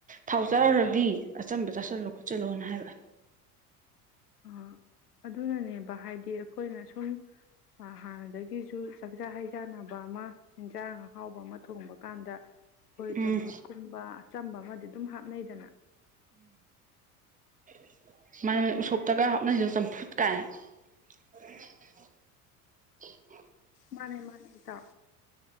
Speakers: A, on the right; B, on the left.
A: ꯊꯥꯎ ꯆꯥꯔꯨꯔꯗꯤ ꯑꯆꯝꯕ ꯆꯥꯁꯤꯜꯂꯣ ꯈꯣꯠꯆꯜꯂꯣꯅ ꯍꯥꯏꯕ
B: ꯑ ꯑꯗꯨꯅꯅꯦꯕ ꯍꯥꯏꯗꯤ ꯑꯩꯈꯣꯏꯅ ꯁꯨꯝ ꯍꯥꯟꯅꯗꯒꯤꯁꯨ ꯆꯥꯛꯆꯥ ꯍꯩꯖꯥꯟꯅꯕ ꯑꯃ ꯑꯦꯟꯖꯥꯡ ꯑꯍꯥꯎꯕ ꯑꯃ ꯊꯣꯡꯕ ꯀꯥꯟꯗ ꯑꯩꯈꯣꯏ
A: ꯎꯝ
B: ꯆꯝꯐꯨꯠꯀꯨꯝꯕ ꯑꯆꯝꯕ ꯑꯃꯗꯤ ꯑꯗꯨꯝ ꯍꯥꯞꯅꯩꯗꯅ
A: <inaudible> ꯃꯅꯤ ꯎꯁꯣꯞꯇꯒ ꯍꯥꯞꯅꯩꯗꯣ ꯆꯝꯐꯨꯠ ꯀꯥꯏꯅ <unintelligible>
B: ꯃꯥꯅꯦ ꯃꯥꯅꯦ ꯗꯥ